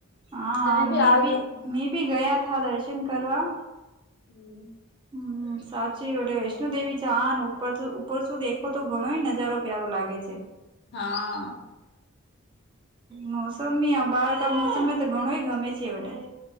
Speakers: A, on the right (about 20°); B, on the left (about 50°).
A: હ હા
B: તમે બી
A: મે
B: આવજો
A: ભી મેં ભી ગયા થા દર્શન કરવાવા
B: હમ
A: હમ સાચી એટ વૈષ્ણુ દેવી જ ઉપર ઉપર શું દેખો તો ઘણો નજારો પ્યારો લાગે છે
B: હા
A: મોસમ આ બાર ક મોસમમાં તો ઘણોય ગમે છે બધા